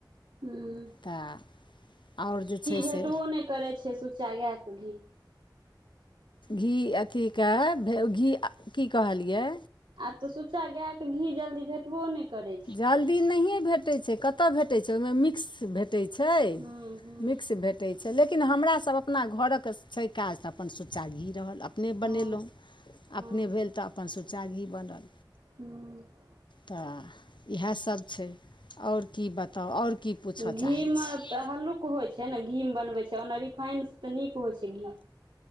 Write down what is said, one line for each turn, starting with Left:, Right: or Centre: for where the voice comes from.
Right: हुँ
Left: तऽ आओर जे छै
Right: भेटबो
Left: से
Right: नहि करै छै सुच्चा गायके घी
Left: घी अथी कऽ भे घी की कहलियै
Right: आब तऽ सुच्चा गाए कऽ घी जल्दी भेटबो नय करै छै
Left: जल्दी नहिये भेटै छै केतऽ भेटै छै ओहि मऽ मिक्स भेटै छै
Right: हूँ हूँ
Left: मिक्स भेट टै छै लेकिन हमरा सभ अपना घरक छै काज तऽ अपन सुच्चा घी रहल अ अपने बनेलहुँ
Right: हँ हँ
Left: अपने भेल तऽ अपन सुचा घी बनल
Right: हूँ
Left: तऽ इहै सभ छै आओर की बताउ आओर की पूछय
Right: घी
Left: चाहै
Right: मऽ
Left: छी
Right: तऽ हल्लुक होइ छै नऽ घी मऽ बनबै छै ओना रिफाइन सँ तऽ नीक होइ छै घी